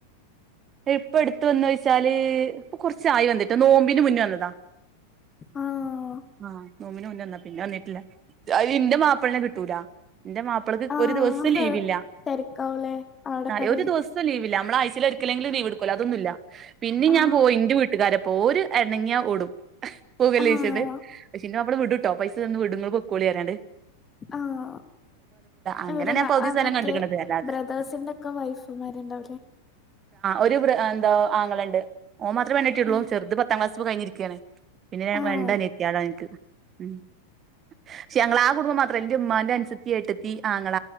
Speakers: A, on the right; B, on the left.
A: ഇപ്പ എടുത്ത വന്ന ചോച്ചാല് ഇപ്പൊ കുറച്ച ആയി വന്നിട്ട് നോമ്പിന് മുന്നേ വന്നതാ
B: ആഹ്
A: ആഹ് നോബിന് മുന്ന വന്നാത പിന്നെ വന്നിട്ടില്ല അയിന് അന്റെ മാപ്പിളിനെ കിട്ടൂല എന്റെ മപ്ളക്ൺ
B: ആഹ്
A: ഒരു ദിവസം ലീവില്ല
B: തെരക്കാവൂലേ അവിടെ
A: ആഹ്
B: കടയിൽ
A: ഒരു ദിവസ സം ലീവില്ല നമ്മള ആഴ്ചൽ ഒരിക്കലെങ്കും ലീവ് എടുക്കല്ല അതൊന്നുമല്ല പിന്ന
B: ആഹ്
A: ഞാൻ പോയി ഇൻന്റെ വീട്ടുകാരപ്പോ ഒര്. എണങ്ങിയഓടും പൂവല്ലോ
B: ആഹ്
A: ചോയിച്ചിട് പക്ഷേ എന്റെ മാപ്പിള വിടുട്ടോ പൈസ തന്നന്ന് വിടും നിങ്ങൾ പൊക്കോളി പറാഞിങട്
B: ആഹ്
A: അങ്ങനെ
B: ഇടെ
A: ഞാൻ പകുതി സ്ഥലം
B: മറ്റേ
A: കണ്ട്ക്ക്ണത് അല്ലാതെ
B: ബ്രദേഴ്സിന്റെ ഒക്കെ വൈഫ്മാരുണ്ടാവല്ലേ
A: ഒരു എന്താ ആങ്ങള ഉണ്ട് ഓ മാത്രേ പോണ്കോടോ ഉള്ളൂ
B: ആഹ്
A: ചെറുത് പത്താം ക്ലാസ് കഴിഞ്ഞിരിക്കുകയാണ്. പിന്നെ
B: ആഹ്
A: രണ്ട് അനിഎത്തിള് എനിക്ക്. ഉം പക്ഷെ ഞങ്ങ ആഹ് കുടുംബം മാത്രം എന്റെ ഉമ്മാന്റെ അനുസൃത്തി എടതി തീ ആഹ് ആങ്ങള